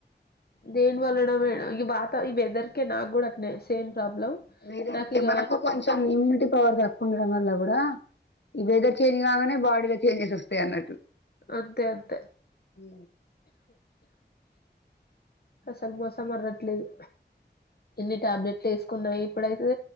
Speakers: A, on the left; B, on the left.
A: దేని వలన మేడం ఈ వాత ఈ వెదర్కే నాకు కూడా అనే సేమ్ ప్రాబ్లం.
B: వేరే
A: నాకు ఇగ
B: మనకు కొంచెం ఇమ్యూనిటీ పవర్ తక్కువ ఉండడం వల్ల కూడా. ఈ వదర్ చేంజ్ కాగానే బాడీలో చేంజెస్ వస్తాయి అన్నట్టు.
A: అంతే అంతే
B: ఉ
A: అసలు మోసం అరగట్లేదు. ఎన్ని టాబ్లెట్లు వేసుకున్నాయి ఇప్పుడైతే